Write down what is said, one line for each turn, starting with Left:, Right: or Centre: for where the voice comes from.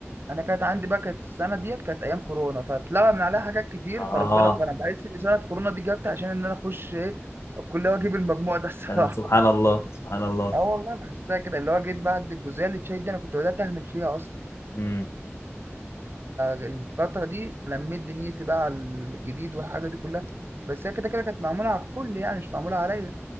Right: انا كانت عندي بقى كانت السنه ديت كانت ايام كورونا فاتلغى من عليها حاجات كتير
Left: اه
Right: فربنا كرم بحس ان سنه كورونا دي جت عشان ان انا اخش ايه الكليه واجيب المجموع ده <laughs> الصراحه
Left: فعلا سبحان الله سبحان الله
Right: اه والله بحسها كده اللي هو جيت بعد الجزئيه اللي اتشيت دي انا كنت بدات اهمل فيها اصلا
Left: امم
Right: فالفتره دي لميت دنيتي بقى على الجديد والحاجه دي كلها بس هي كده كده كانت معموله على الكل يعني مش معموله عليا